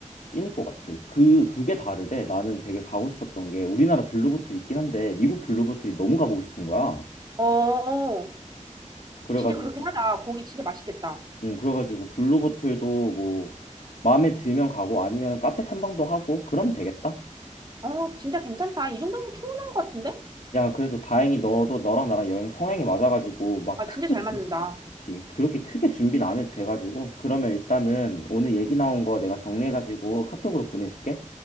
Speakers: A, on the left; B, on the right.
A: 찐일 것 같아. 그, 그게 다르대. 나는 되게 가고 싶었던 게 우리나라 블루보틀 있긴 한데 미국 블루보틀이 너무 가보고 싶은 거야.
B: 어, 어. 어.
A: 그래가지고,
B: 진짜 그렇긴 하다. 고기 진짜 맛있겠다.
A: 응, 그래가지고 블루보틀도 뭐 마음에 들면 가고 아니면 카페 탐방도 하고 그러면 되겠다.
B: 어, 진짜 괜찮다. 이 정도면 충분한 것 같은데?
A: 야, 그래도 다행히 너도 너랑 나랑 여행 성향이 맞아가지고 막
B: 아,
A: 크게
B: 진짜 잘 맞는다.
A: 준- 그치. 그렇게 크게 준비는 안 해도 돼가지고 그러면 일단은 오늘 얘기 나온 거 내가 정리해가지고 카톡으로 보내줄게.